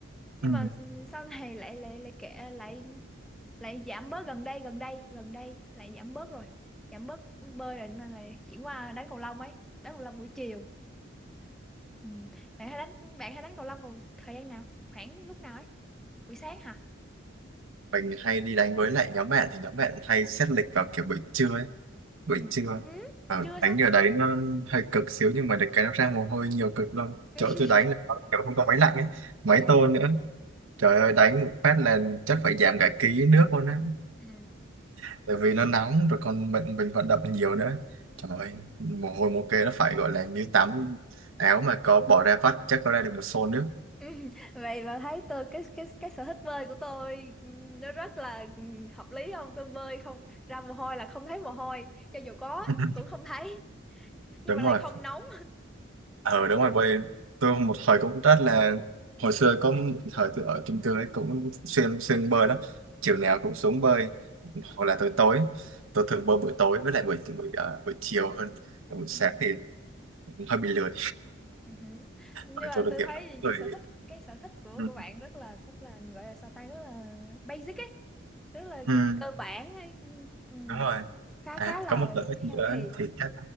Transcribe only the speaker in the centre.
nhưng
mà sau này lại lại lại kệ lại lại giảm bớt gần đây gần đây gần đây lại giảm bớt rồi giảm bớt bơi rồi nên là chuyển qua đánh cầu lông ấy đánh cầu lông buổi chiều ừ. bạn hay đánh bạn hay đánh cầu lông vào thời gian nào khoảng lúc nào ấy buổi sáng hả
ừ
ừ
trưa
sao <laughs>
ừ
ừ
ừ
Ừ. Vậy mà thấy tôi cái cái cái sở thích bơi của tôi ừ, nó rất là ừ, hợp lý không? Tôi bơi không ra mồ hôi là không thấy mồ hôi, cho dù có
cũng không thấy, nhưng
mà lại
không nóng.
Ừ.
Ừ hử. Nhưng
mà
tôi
thấy
thì
cái sở thích cái sở thích của
của bạn rất là rất là gọi là sao ta rất là basic ấy rất là
cơ bản ấy. Ừ.
khá
khá là
healthy